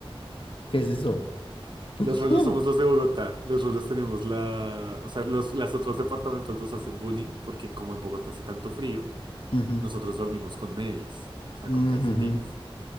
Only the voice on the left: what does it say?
¿qué es eso?
Mm,
ujú,
mm,
ujú,